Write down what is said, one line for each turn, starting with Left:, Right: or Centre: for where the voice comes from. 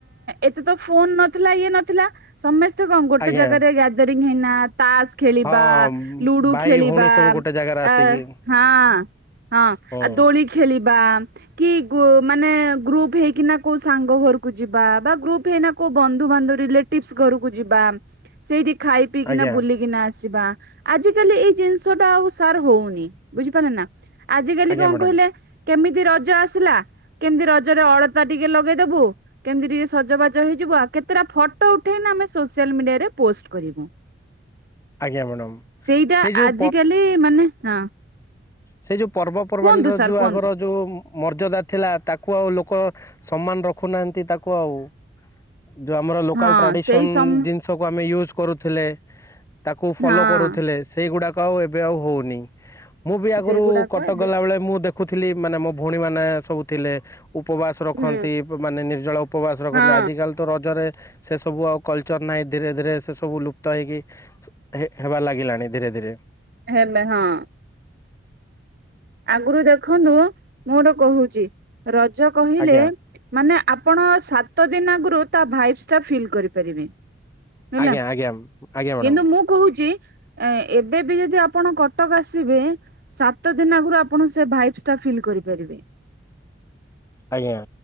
Right: ଏତେ ତ ଫୋନ୍ ନଥିଲା ଇଏ ନଥିଲା ସମସ୍ତେ କଣ ଗୋଟେ
Left: ଆଜ୍ଞା
Right: ଜାଗାରେ ଗ୍ୟାଦରିଂ ହେଇନା ତାସ ଖେଳିବା
Left: ହଁ
Right: ଲୁଡୁ
Left: ଭାଇ
Right: ଖେଳିବା
Left: ଭଉଣୀ ସବୁ ଗୋଟେ ଜାଗାରେ ଆସିକି
Right: ଆ ହଁ ହଁ ଆଉ
Left: ହୁଁ
Right: ଦୋଳି ଦୋଳି ଖେଳିବା କି ମାନେ ଗ୍ରୁପ ହେଇକିନା କୋଉ ସାଙ୍ଗ ଘରକୁ ଯିବା ବା ଗ୍ରୁପ୍ ହେଇନା କୋଉ ବନ୍ଧୁବାନ୍ଧ ରିଲେଟିଭସ ଘରକୁ ଯିବା। ସେଇଠି ଖାଇ ପିଇକିନା
Left: ଆଜ୍ଞା
Right: ବୁଲିକିନା ଆସିବା ଆଜିକାଲି ଏଇ ଜିନିଷ ଟା ଆଉ ସାର ହୋଉନି ବୁଝିପାରିଲ ନା ଆଜି କାଲି
Left: ଆଜ୍ଞା
Right: କଣ
Left: ମ୍ୟାଡ଼ାମ
Right: କହିଲେ କେମିତି ରଜ ଆସିଲା କେମିତି ରଜରେ ଅଳତା ଟିକେ ଲଗେଇଦବୁ? କେମିତି ଟିକେ ସଜବାଜ ହେଇଯିବୁ ଆଉ କେତେଟା ଫଟୋ ଉଠେଇଲେ ଆମେ ସୋସିଆଲ ମିଡିଆରେ ପୋଷ୍ଟ କରିବୁ।
Left: ଆଜ୍ଞା ମ୍ୟାଡ଼ାମ
Right: ସେଇଟା
Left: ସେ ଯୋଉ
Right: ଆଜିକାଲି ମାନେ ହଁ।
Left: ସେଇ ଯୋଉ ପର୍ବ ପର୍ବାଣିର
Right: କୁହନ୍ତୁ ସାର୍
Left: ଯୋଉ
Right: କୁହନ୍ତୁ
Left: ଆଗର ଯୋଉ ମର୍ଯ୍ୟାଦା ଥିଲା ତାକୁ ଆଉ ଲୋକ ସମ୍ମାନ ରଖୁନାହାନ୍ତି ତାକୁ ଆଉ। ଯୋଉ ଆମର ଲୋକାଲ
Right: ହଁ
Left: ଟ୍ରାଡିସନ୍
Right: ସେଇ ସମ
Left: ଜିନିଷକୁ ଆମେ ୟୁଜ୍ କରୁଥିଲେ। ତାକୁ ଫଲୋ
Right: ହଁ
Left: କରୁଥିଲେ ସେଇଗୁଡାକ ଆଉ ଏବେ ଆଉ ହୋଉନି। ମୁଁ ବି ଆଗରୁ
Right: ସେଗୁଡାକ
Left: କଟକ
Right: ଏବେ
Left: ଗଲା ବେଳେ ମୁଁ ଦେଖୁଥିଲି ମାନେ ମୋ ଭଉଣୀ ମାନେ ସବୁ ଥିଲେ। ଉପବାସ ରଖନ୍ତି
Right: ହୁଁ
Left: ମାନେ ନିର୍ଜଳା ଉପବାସ ରଖନ୍ତି
Right: ହଁ
Left: ଆଜିକାଲି ତ ରଜରେ ସେ ସବୁ ଆଉ କଲଚର ନାହିଁ ଧୀରେ ଧୀରେ ସେ ସବୁ ଲୁପ୍ତ ହେଇକି ହେବା ଲାଗିଲାଣି ଧୀରେ ଧୀରେ
Right: ହେଲେ ହଁ। ଆଗରୁ ଦେଖନ୍ତୁ ମୁଁ ଗୋଟେ କହୁଚି ରଜ କହିଲେ
Left: ଆଜ୍ଞା
Right: ମାନେ ଆପଣ ସାତ ଦିନ ଆଗରୁ ତା ଭାଇଭ୍ ଟା ଫିଲ କରିପାରିବେ। ହେଲା
Left: ଆଜ୍ଞା ଆଜ୍ଞା ଆଜ୍ଞା ମ୍ୟାଡ଼ାମ
Right: କିନ୍ତୁ ମୁଁ କହୁଚି ଏବେ ବି ଯଦି ଆପଣ କଟକ ଆସିବେ ସାତ ଦିଇନ ଆଗରୁ ଆପଣ ସେ ଭାଇପ୍ସିଟା ଫିଲ୍ କରିପାରିବେ।
Left: ଆଜ୍ଞା।